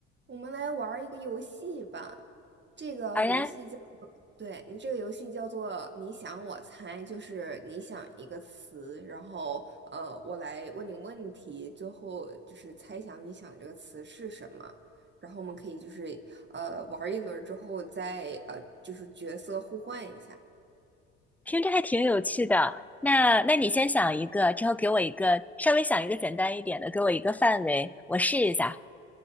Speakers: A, on the right; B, in the centre.
A: 我们来玩儿一个游戏吧，这个游戏叫做，
B: 好呀，
A: 对，你这个游戏叫做你想我猜，就是你想一个词，然后呃，我来问你问题，最后就是猜想你想这个词是什么，然后我们可以就是呃玩儿一轮儿之后再呃就是角色互换一下。
B: 听着还挺有趣的。那那你先想一个，之后给我一个，稍微想一个简单一点的，给我一个范围，我试一下。